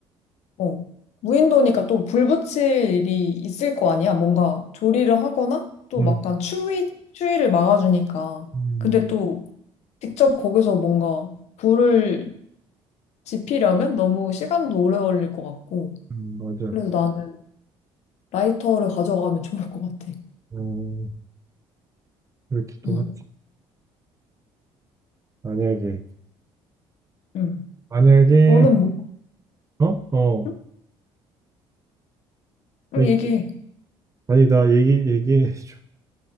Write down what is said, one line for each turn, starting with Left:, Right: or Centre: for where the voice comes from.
Left: 어, 무인도니까 또 불 붙일 일이 있을 거 아니야. 뭔가 조리를 하거나 또
Right: 음,
Left: 막간 추위 추위를 막아주니까.
Right: 음,
Left: 근데 또 직접 거기서 뭔가 불을 지피려면 너무 시간도 오래 걸릴 것 같고.
Right: 음, 맞아.
Left: 그래서 나는 라이터를 가져가면 좋을 것 같아.
Right: 어, 이렇게 또
Left: 응,
Right: 하지. 만약에,
Left: 응.
Right: 만약에,
Left: 너는 뭐?
Right: 어, 어,
Left: 응? 응,
Right: 얘기,
Left: 얘기해.
Right: 아니 나 얘기 얘기해 줘.